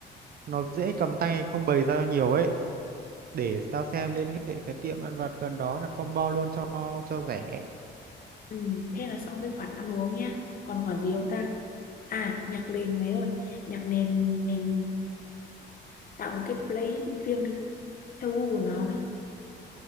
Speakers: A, on the right (about 50°); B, on the left (about 45°).
A: nó dễ cầm tay không bày ra nhiều ấy để tao xem liên hệ cái tiệm ăn vặt gần đó đặt combo luôn cho cho rẻ
B: Ừ, thế là xong cái khoản ăn uống nhá. Còn khoản gì không ta? À, nhạc nền mấy ơi. Nhạc nền mình tạo một cái playlist riêng đi. Theo gu của nó đó.